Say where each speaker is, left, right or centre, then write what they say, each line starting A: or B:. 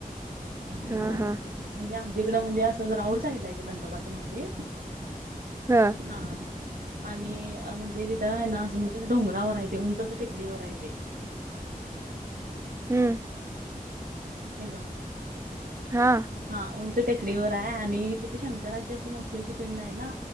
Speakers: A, on the right; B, on the right.
A: हा
B: हा हा
A: म्हणजे आमच्याकडं म्हणजे असं, आऊट साईड ला येतेे. दंडोबाचं मंदिर.
B: हा..
A: हा आणि म्हणजे तिथ आहे ना असं म्हणजे असं डोंगरावर आहे ते उंच असं टेकडीवर आहे ते.
B: हम्म.
A: हॅलो.
B: हा.
A: हा ऊंच टेकडीवर आहे. आणि तिथे शंकराची अशी मोठी अशी पिंड आहे ना.